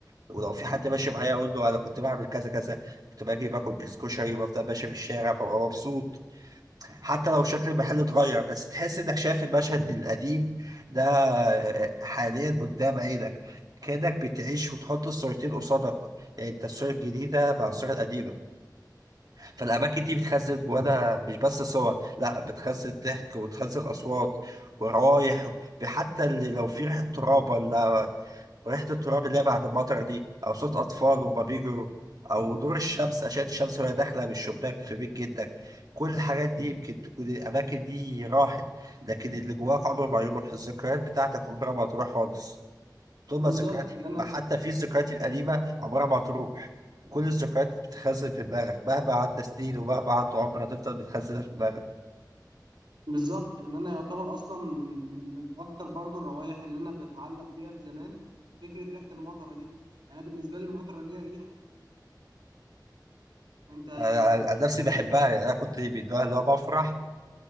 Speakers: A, on the right; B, on the right.
A: ولو في حد ماشي معايا اقول له انا كنت بعمل كذا كذا كنت باجي باكل كيس كشري وبفضل ماشي في الشارع ببقى مبسوط حتى لو شكل المحل اتغير بس تحس انك شايف المشهد القديم ده حاليا قدام عينك كأنك بتعيش وتحط الصورتين قصادك يعني انت الصورة الجديدة مع الصورة القديمة فالاماكن دي بتخزن جواها مش بس صور لا بتخزن ضحك وتخزن اصوات ورايح حتى اللي لو في ريحه تراب ولا ريحه التراب اللي هي بعد المطره دي او صوت اطفال وهما بيجروا او نور الشمس اشعه الشمس وهي داخله من الشباك في بيت جدك كل الحاجات دي يمكن تكون الاماكن دي راحت لكن اللي جواك عمره ما يروح الذكريات بتاعتك عمرها ما تروح خالص تبقى
B: بالظبط
A: ذكريات حلوة
B: ان انا
A: حتى في الذكريات القديمة عمرها ما هتروح كل الذكريات بتتخزن في دماغك مهما عدى سنين ومهما عدى عمر هتفضل بتخزنها في دماغك
B: بالظبط يعني انا يعتبر اصلا من من من اكتر برضو الروائح اللي انا بتعلق بيها بزمان فكره ريحه المطره دي يعني أنا بالنسبه لي المطره ليها ريحه انت
A: أنا أنا
B: مش
A: عن
B: عارف
A: نفسي
B: شميتها
A: بحبها يعني أنا كنت من النوع اللي هو بفرح